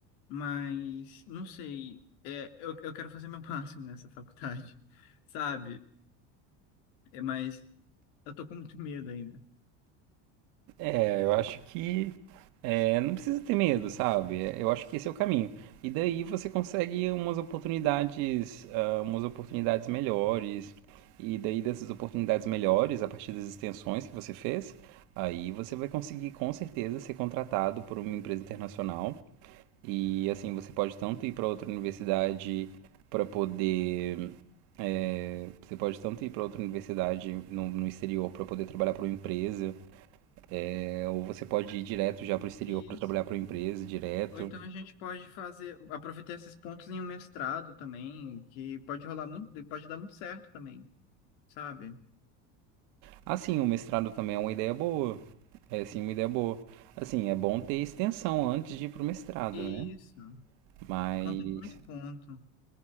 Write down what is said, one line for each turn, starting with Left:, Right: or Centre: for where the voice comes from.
Left: Mas não sei, é, eu, eu quero fazer meu <laughs> máximo nessa faculdade, sabe? É, mas eu tô com muito medo ainda.
Right: É, eu acho que é, não precisa ter medo, sabe? É, Eu acho que esse é o caminho. E daí você consegue umas oportunidades, ah, umas oportunidades melhores. E daí dessas oportunidades melhores, a partir das extensões que você fez, aí você vai conseguir com certeza ser contratado por uma empresa internacional E assim, você pode tanto ir para outra universidade para poder. é, você pode tanto ir para outra universidade no, no exterior para poder trabalhar para uma empresa, é, ou você pode ir direto já para o exterior
Left: Isso.
Right: para trabalhar para uma empresa direto.
Left: Ou então a gente pode fazer, aproveitar esses pontos em um mestrado também, que pode rolar muito, pode dar muito certo também, sabe?
Right: Assim, o mestrado também é uma ideia boa. É sim uma ideia boa. Assim, é bom ter extensão antes de ir pro mestrado,
Left: Isso,
Right: né? Mas.
Left: conta muito ponto.